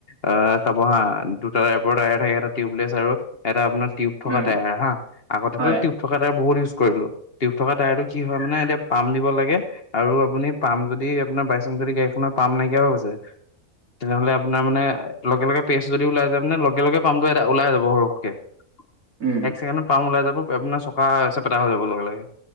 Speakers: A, on the left; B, on the right.
A: আহ চাব হা দুটা টাইপৰ টায়াৰ থাকে এটা টিউবলেছ আৰু এটা আপোনাৰ টিউব থকা
B: উম,
A: টায়াৰ হা আগতেতো
B: হয়।
A: টিউব থকা টায়াৰ বহুত ইউজ কৰিলো টিউব থকা টায়াৰ টো কি হয় মানে এতিয়া পাম দিব লাগে আৰু আপুনি পাম যদি আপোনাৰ বাইচেন্স যদি গাড়ীখনৰ পাম নাইকিয়া হৈ গৈছে। তেনেহ'লে আপোনাৰ মানে লগে লগে পেষ্ট যদি ওলাই যায় মানে লগে লগে পামটো এটা ওলাই যাব সৰহকে।
B: উম।
A: এক ছেকেণ্ডত পাম ওলাই যাব আপোনাৰ চকা চেপেটা হৈ যাব লগে লগে।